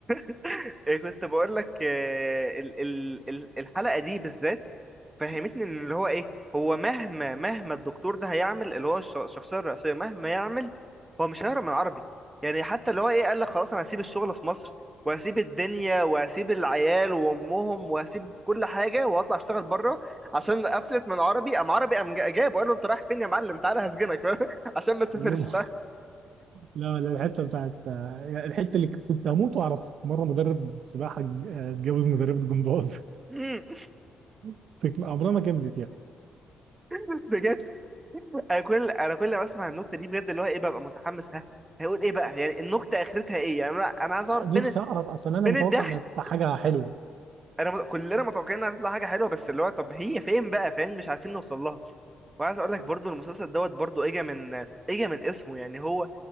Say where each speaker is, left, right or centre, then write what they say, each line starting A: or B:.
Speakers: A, on the right; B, on the right.
A: <laughs> إيه، كنت بقول لك آه، ال- ال- ال- الحلقة دي بالذات فهمتني ان اللي هو ايه هو مهما مهما الدكتور ده هيعمل اللي هو الش- الشخصيه الرئيسيه مهما يعمل هو مش هيهرب من العربي يعني حتى اللي هو ايه قال لك خلاص انا هسيب الشغل في مصر وهسيب الدنيا وهسيب العيال وامهم وهسيب كل حاجه واطلع اشتغل بره عشان قفلت من عربي قام عربي قام جا- جابه قال له انت رايح فين يا معلم تعالى هسجنك <laughs> عشان ما تسافرش
B: الليمو <laughs> لا لا الحته بتاعت آه، يعني الحته اللي كنت هموت واعرفها مره مدرب سباحه ج- آه، اتجوز مدرب جمباز
A: مم.
B: <laughs> عمرها ما كملت يعني
A: <laughs> بجد انا كل انا كل ما اسمع النكته دي بجد اللي هو ايه ببقى متحمس ها هيقول ايه بقى يعني النكته اخرتها ايه يعني انا انا عايز اعرف
B: نفسي
A: فين
B: اعرف اصلا انا
A: فين
B: متوقع
A: الضحك
B: انها تطلع حاجه حلوه
A: انا مت... كلنا متوقعين انها هتطلع حاجه حلوه بس اللي هو طب هي فين بقى فاهم مش عارفين نوصل لها وعايز اقول لك برضو المسلسل دوت برضو اجا من اجا من اسمه يعني هو